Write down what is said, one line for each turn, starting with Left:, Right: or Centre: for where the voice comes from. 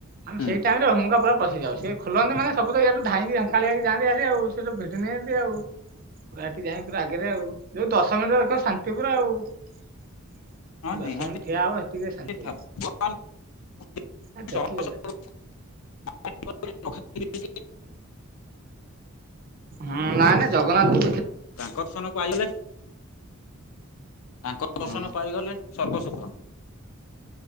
Right: ଆମ
Left: ହୁଁ
Right: ସେଇ ଟାଇ ରେ ହୁଙ୍ଗା ପୁରା ପଶିଯାଉ ସେ ଖୋଲନ୍ତି ମାନେ ସବୁ ତ ଇାଠୁ ଧାଇ ଖାଳି ହେକି ଯାଆନ୍ତି ଆ ଆଉ ସେଇଟା ଭିଡ଼ି ନିଅନ୍ତି ଆଉ। ପୁରାଠି ଯାଇ ପୁରା ଆଗରେ ଆଉ, ଯୋଉ ଦଶ ମିନିଟ ଦେଖ ଶାନ୍ତିପୁର ଆଉ। <inaudible>
Left: ହଁ
Right: ଦଶ
Left: ନିହାତି
Right: ମିନିଟ୍ ଠିଆ ସେତିକିରେ
Left: <inaudible>
Right: ଶାନ୍ତି। ଆ ଦେଖିଲେ
Left: <inaudible>
Right: ହୁଁ ନାଇଁ ନାଇ ଜଗନ୍ନାଥ
Left: ତାଙ୍କ ଦର୍ଶନ ପାଇଗଲେ, ତାଙ୍କ
Right: ହଁ
Left: ଦର୍ଶନ ପାଇଗଲେ। ସର୍ବସୁଖ।